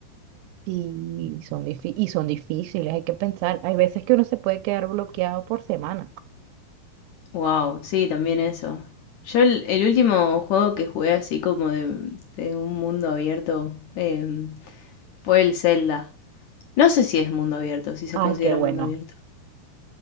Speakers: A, on the right (about 85°); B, on the left (about 80°).
A: Y son difí- y son difíciles, hay que pensar. Hay veces que uno se puede quedar bloqueado por semana.
B: wow, sí, también eso. Yo el, el último juego que jugué así como de, de un mundo abierto em, fue el Zelda. No sé si es mundo abierto, si se
A: Ay,
B: considera
A: qué bueno.
B: mundo abierto.